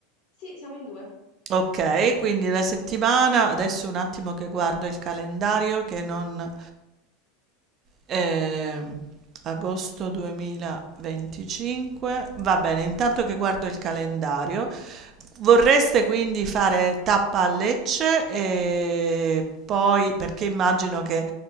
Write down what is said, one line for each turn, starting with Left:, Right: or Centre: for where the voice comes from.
Left: sì, siamo in due.
Right: Okay, quindi la settimana adesso un attimo che guardo il calendario che non Ehm, agosto 2025. Va bene, intanto che guardo il calendario, vorreste quindi fare tappa a Lecce e poi perché immagino che